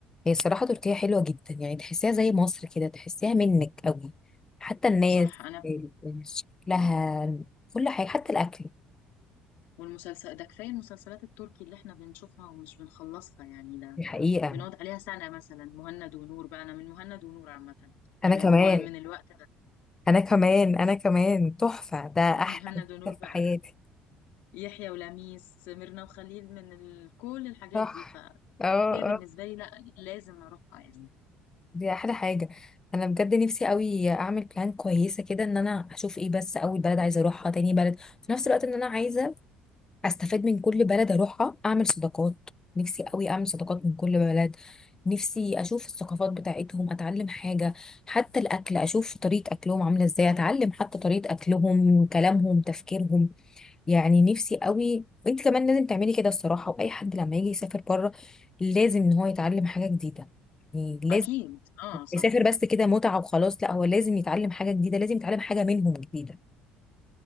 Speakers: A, on the left (about 20°); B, on the left (about 80°).
A: هي الصراحة تركيا حلوة جدا يعني تحسيها زي مصر كده تحسيها منك قوي حتى الناس
B: صح أنا
A: ال- ال- شكلها كل حاجة حتى الأكل
B: والمسلسل ده كفاية المسلسلات التركي اللي احنا بنشوفها ومش بنخلصها يعني ده
A: الحقيقة
B: بنقعد عليها سنة مثلا مهند ونور بقى أنا من مهند ونور عامة
A: أنا
B: يعني
A: كمان
B: من و- من الوقت ده
A: انا كمان انا كمان تحفة ده احلى
B: مهند
A: مسلسل
B: ونور بقى
A: في حياتي
B: يحيى ولميس ميرنا وخليل من ال... كل الحاجات
A: صح
B: دي فهي
A: اه
B: بالنسبة
A: اه
B: لي لا لازم أروحها يعني
A: دي احلى حاجة انا بجد نفسي قوي اعمل بلان كويسة كده ان انا اشوف ايه بس اول بلد عايزة اروحها تاني بلد في نفس الوقت ان انا عايزة استفاد من كل بلد اروحها اعمل صداقات نفسي قوي اعمل صداقات من كل بلد نفسي اشوف الثقافات بتاعتهم اتعلم حاجة حتى الاكل اشوف طريقة اكلهم عاملة ازاي اتعلم حتى طريقة اكلهم كلامهم تفكيرهم يعني نفسي قوي وانت كمان لازم تعملي كده الصراحه واي حد لما يجي يسافر بره لازم ان هو يتعلم حاجه جديده يعني لازم
B: أكيد اه صح
A: يسافر بس كده متعه وخلاص لا هو لازم يتعلم حاجه جديده لازم يتعلم حاجه منهم جديده